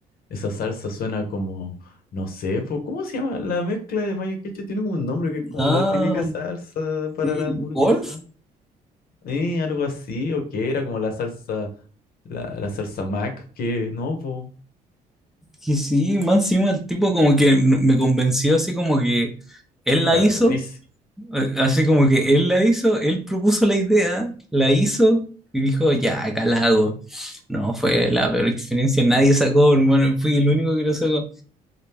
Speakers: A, on the left (about 60°); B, in the centre.
A: esa salsa suena como, no sé, pues, ¿cómo se llama? La mezcla de mayo y ketchup tiene como un nombre que es como
B: Ah,
A: la típica salsa para
B: sí,
A: la hamburguesa.
B: Wolf,
A: Eh, algo así, o que era como la salsa, la, la salsa Mac, que no, pues,
B: que sí, más encima el tipo como que me convenció así como que él la
A: está
B: hizo,
A: buenísimo.
B: eh, así como que él la hizo, él propuso la idea, la hizo y dijo, ya, acá la hago. No, fue la peor experiencia, nadie sacó, hermano, fui el único que lo sacó.